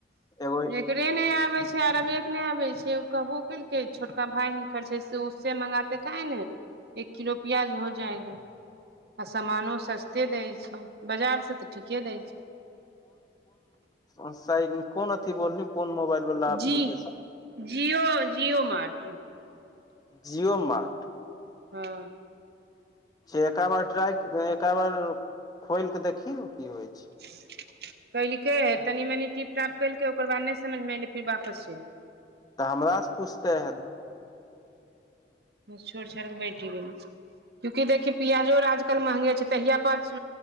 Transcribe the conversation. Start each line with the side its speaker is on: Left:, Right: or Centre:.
Left: एगो
Right: <unintelligible> नै आबे छै अरबे के नै आबे छै ओ कहबो केलकै छोटका भाय हुनकर छै से उससे मंगाते <unintelligible> आ सामानो सस्ते दै छै। बाजार सँ तऽ ठीके दै छै। <inaudible>
Left: अ साइल कोन अथि बोल लीही कोन मोबाइल वाला एप्लीकेशन
Right: जी <inaudible> जिओ जिओ मार्ट।
Left: जिओ मार्ट।
Right: हँ
Left: एक बार ट्राइ एका बार खोल कऽ देखी न की होइ छै?
Right: <unintelligible> कलकै तनी मनी टिप टाप कलकै ओकर बाद नै समझमे एलै फिर वापस चैल गए
Left: तऽ हमरा से पुछतै है
Right: छोड़ि छोड़ क बैठी गेली कियुकी देखियी प्याजो आजकल महंगे छै तहिया पच